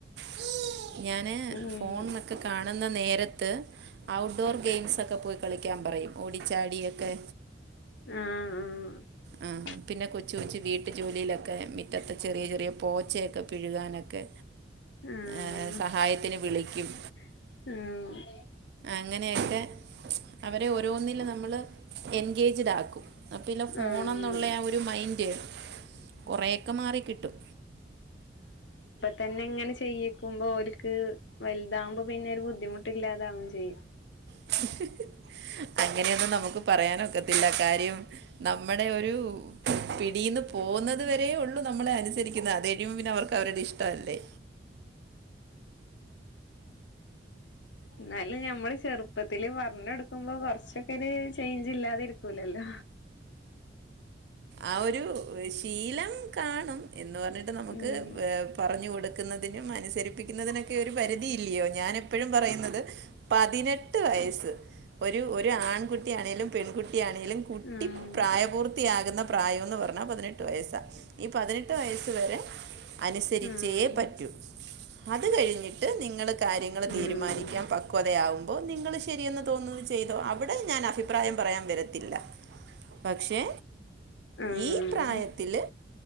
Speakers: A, on the right (about 60°); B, on the left (about 85°).
A: <unintelligible> ഞാന്
B: ഉം
A: ഫോൺന്നൊക്കെ കാണ ന്ന നേര ത്ത് ഔട്ട്ഡോർ ഗെയിംസൊക്കെ പോയി കളിക്കാൻ പറയും ഓടിച്ചാടിയൊക്കെ
B: ആഹ് ആഹ്
A: ആ, പിന്നെ കൊച്ചു കൊച്ച് വീട്ടു ജോലിയിലൊക്കെ മിറ്റത്തെ ചെറിയ ചെറിയ പോച്ചയൊക്കെ പിഴുകാനൊക്കെ
B: ആഹ്
A: ഏഹ് സഹായത്തിന് വിളി ക്കും
B: ആഹ്
A: അങ്ങനെയൊക്കെ അവരെ ഓരോന്നില് നമ്മള് എൻഗേജ്ഡ് ആക്കും അപ്പൊ ഇല്ല ഫോണന്നുള്ള
B: ആഹ്
A: ആ ഒരു മൈൻ ന്റ് കുറേ ഒക്കെ മാറിക്കിട്ടും
B: തന്നിങ്ങനെ ചെയ്യിക്കുമ്പോ ഓല്ക്ക് വലുതാകുമ്പോ പിന്നെ ഒരു ബുദ്ധിമുട്ടില്ലാതാവും ചെയ്യും
A: <unintelligible> അങ്ങനെയൊന്ന് നമുക്ക് പറയാനൊക്ക ത്തില്ല കാര്യം നമ്മുടെ ഒരു പിടീന്ന് പോകുന്നത് വരേ ഉള്ളു നമ്മളെ അനുസരിക്കുന്നത് അത് കഴിയുമ്പ പിന്നെ അവർക്ക് അവരുടെ ഇഷ്ടമല്ലേ?
B: എന്നാല് ഞമ്മള് ചെറുപ്പത്തില് പറഞ്ഞ് കൊടുക്കുമ്പോ കൊറച്ചൊക്കര് ത്തേന് ജില്ലാതിരിക്കൂലല്ലോ.
A: ആ ഒരു ശീലം കാണും. എന്ന് പറഞ്ഞിട്ട് നമുക്ക്
B: ഉം
A: ഏഹ് പറഞ്ഞു കൊടുക്കുന്ന തിനും അനുസരിപ്പിക്കുന്നതിനൊക്കെ ഒരു പരിധി ഇല്ല്യയോ ഞാൻ എപ്പഴും പറയുന്നത് പതിനെ ട്ട് വയസ്സ് ഒരു ഒരു ആൺകുട്ടി ട്ടി ആണേലും പെൺകു ട്ടി ആണെങ്കിലും കുട്ടി
B: ഉം
A: പ്രായപൂർത്തിയാ കുന്ന പ്രായമെന്ന് പറഞ്ഞാ പതിനെട്ട് വയസ്സാ ഈ പതിനെട്ട് വയസ് വരെ അനുസരിച്ചേ
B: ഉം
A: പറ്റൂ അത് കഴിഞ്ഞിട്ട് നിങ്ങൾക്ക് കാര്യങ്ങള് തീരുമാനിക്കാൻ
B: ഉം
A: പക്വതയാവും. അപ്പോ നിങ്ങള് ശരിയെന്ന് തോന്നുന്നത് ചെയ്തോ അവിടെ ഞാൻ അഫി പ്രായം പറയാൻ വരത്തില്ല പക്ഷെ
B: ഉം ഉം
A: ഈ പ്രായത്തില്